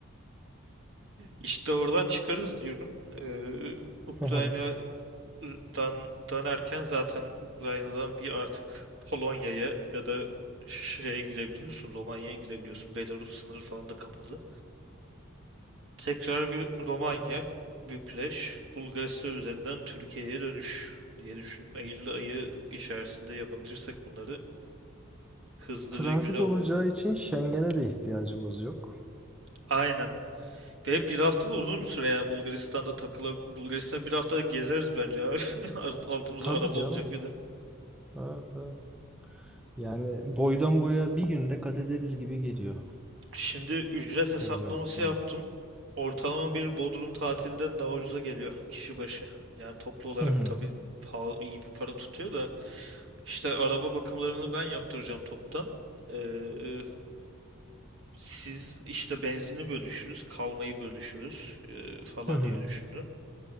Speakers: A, on the right; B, in the centre.
A: İşte oradan çıkarız diyorum. Ee, Ukrayna'dan
B: <laughs>
A: dönerken zaten Ukrayna'dan bir artık Polonya'ya ya da şeye girebiliyorsun, Romanya'ya girebiliyorsun. Belarus sınırı falan da kapalı. Tekrar bir Romanya, Bükreş, Bulgaristan üzerinden Türkiye'ye dönüş diye düşündüm. Eylül ayı içerisinde yapabilirsek bunları hızlı
B: Transit
A: ve güzel oluyor.
B: olacağı için Schengen'e de ihtiyacımız yok.
A: Aynen. Ve bir hafta da uzun bir süre ya Bulgaristan'da takıla Bulgaristan'da bir hafta gezeriz bence abi. <laughs> Altımızda
B: Tabii
A: araba
B: canım.
A: olacak bir de.
B: Evet, evet. Yani boydan boya bir günde kat ederiz gibi geliyor
A: Şimdi ücret hesaplaması
B: Bulgaristan'a.
A: yaptım. Ortalama bir Bodrum tatilinden daha ucuza geliyor kişi başı. Yani toplu olarak
B: Hı hı.
A: tabii pahalı, iyi bir para tutuyor da. İşte araba bakımlarını ben yaptıracağım toptan. Ee, siz işte benzini bölüşürüz, kalmayı bölüşürüz e, falan
B: Hı hı.
A: diye düşündüm.